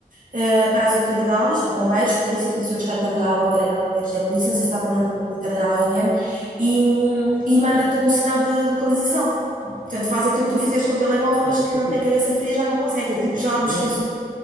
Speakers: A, on the right; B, on the left.
A: eh, para as autoridades, bombeiros, polícia, penso eu que está interligado à bandeira- à bombeiros e à polícia, não sei se está também interligado ao INEM, e, M, e e manda-te um sinal de localização. Portanto, faz aquilo que tu fizeste com o telemóvel, mas
B: É,
A: quem
B: isso
A: não
B: é fixe.
A: tem cabeça fria já não consegue. Eu, tipo, já me esqueço.
B: Yeah, yeah.